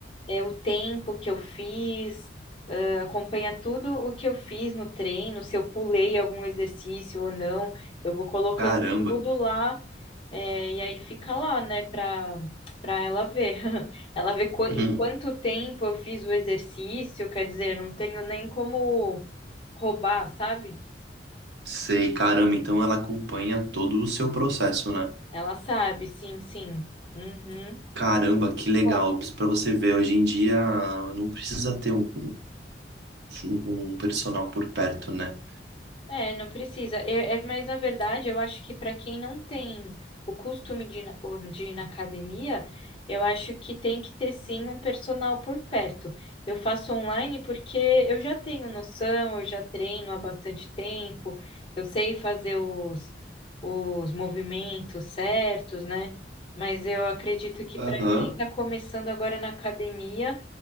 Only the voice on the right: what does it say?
Caramba.
Hum,
Sei, caramba, então ela acompanha todo o seu processo, né?
Caramba, que legal.
Pra você ver, hoje em dia não precisa ter um, um um personal por perto, né?
Aham.